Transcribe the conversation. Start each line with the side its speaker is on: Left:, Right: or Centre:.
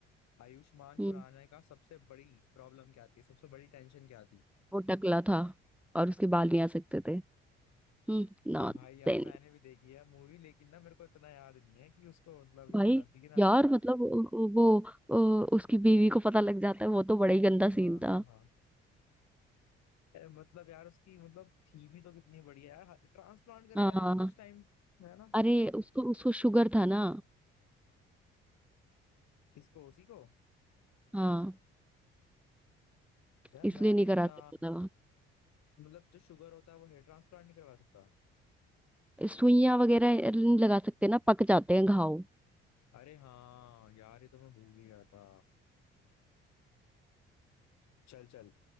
Left: आयुष्मान
Centre: हम्म
Left: खुराना का सबसे बड़ी प्रॉब्लम क्या थी सबसे बड़ी टेंशन क्या थी
Centre: वो टकला था और उसके बाल नहीं आ सकते थे हम्म नॉनसेंस
Left: भाई यार मैंने भी देखी है मूवी लेकिन ना मेरे को इतना याद नहीं है कि उसको मतलब इतना
Centre: भाई
Left: ठीक है ना
Centre: यार मतलब वो, वो वो, अ, उसकी बीवी को पता लग जाता है वो तो बड़ा ही गंदा
Left: हाँ
Centre: सीन था
Left: हाँ हाँ अरे मतलब यार उसकी मतलब थी भी तो कितनी बढ़िया यार ट्रांसप्लांट करवा
Centre: हाँ
Left: लेता कुछ टाइम है ना
Centre: अरे उसको उसको शुगर था ना
Left: किसको उसी को
Centre: हाँ
Left: यार
Centre: इसलिए
Left: मैंने
Centre: नहीं
Left: इतना
Centre: करा सकता
Left: मतलब जो शुगर होता है वो हेयर ट्रांसप्लांट नहीं करवा सकता
Centre: था सुइयां वगैरह नहीं लगा सकते ना पक जाते हैं घाव
Left: अरे हाँ यार ये तो मैं भूल ही गया था चल चल